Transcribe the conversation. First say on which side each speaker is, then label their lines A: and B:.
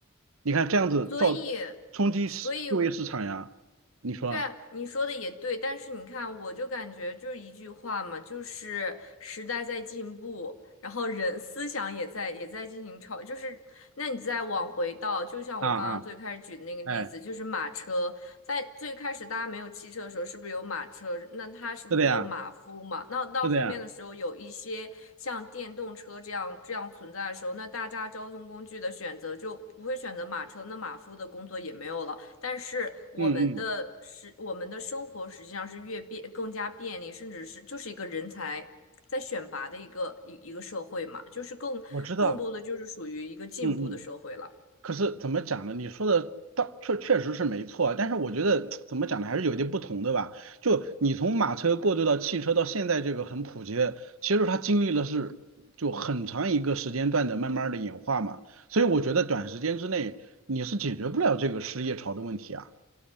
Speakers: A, on the right; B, on the left.
A: 你看这样子造
B: 所以，
A: 冲击市就业市场呀，
B: 所以，
A: 你说
B: 对啊，你说的也对，但是你看，我就感觉就是一句话嘛，就是时代在进步，然后人思想也在也在进行超，就是那你再往回到，就像我刚刚最开始举的那个例子，
A: 啊啊，哎，
B: 就是马车。在最开始大家没有汽车的时候，是不是有马车？那它是不是会有马夫嘛？
A: 是的呀，
B: 那到后面的时候，
A: 是的呀，
B: 有一些像电动车这样这样存在的时候，那大家交通工具的选择就不会选择马车，那马夫的工作也没有了。但是我们的是我们的生活实际上是越便更加便利，
A: 嗯嗯，
B: 甚至是就是一个人才在选拔的一个一一个社会嘛，就是更更多的就是属于一个进步的社会了。
A: 我知道，嗯嗯。可是怎么讲呢？你说的倒确确实是没错啊，但是我觉得怎么讲呢，还是有一点不同的吧。就你从马车过渡到汽车，到现在这个很普及的，其实它经历了是就很长一个时间段的慢慢的演化嘛。所以我觉得短时间之内你是解决不了这个失业潮的问题啊，